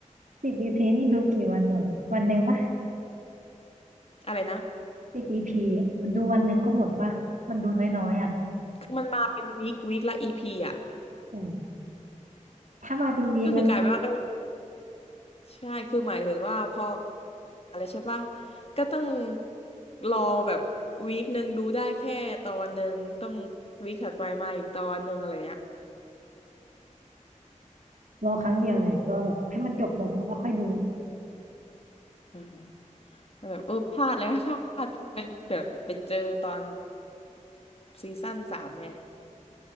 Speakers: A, on the right; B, on the left.
A: สิบอีพ p นี่ดูกี่วันหมดอะวันหนึ่งปะ
B: อะไรนะ
A: สิบอีพีดูวันหนึ่งก็หมดปะมันดูน้อยๆอ่ะ
B: มันมาเป็นวีควีคละอีพีอ่ะ
A: อ้โหถ้ามาเป็นวีคงั้น
B: ก็คือกลายเป็นว่าก็ใช่คือหมายถึงว่าพออะไรใช่ปะก็ต้องรอแบบวีคหนึ่งดูได้แค่ตอนหนึ่งต้องวีคถัดไปมาอีกตอนหนึ่งอะไรเงี้ย
A: รอครั้งเดียวเลยรอแบบให้มันจบหมดอะแล้วค่อยดู
B: อือฮึแบบเออพลาดเลยนะ <laughs> พลาดไปแบบไปเจอตอนซีซั่นสามไง